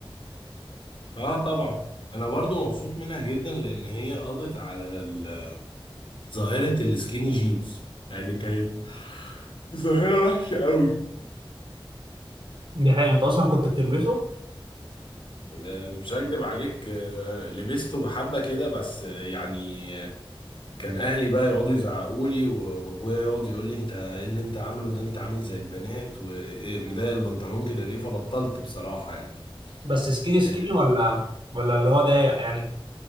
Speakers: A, on the left; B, on the right.
A: آه طبعا أنا برضو مبسوط منها جدا لأن هي قضت على ال- ظاهرة السكيني جينز يعني كانت ظاهرة وحشة قوي
B: دي حقيقة انت اصلا كنت بتلبسه
A: آه، مش هكدب عليك آه، لبسته حبة كده بس آه، يعني كان اهلي بقى يقعدوا يزعقوا لي و- وابويا يقعد يقول لي انت ايه اللي انت عامله ده انت عامل زي البنات ومضايق البنطلون كده ليه فبطلت بصراحة يعني
B: بس سكيني سكيني
A: إيه،
B: ولا ولا اللي هو ضيق يعني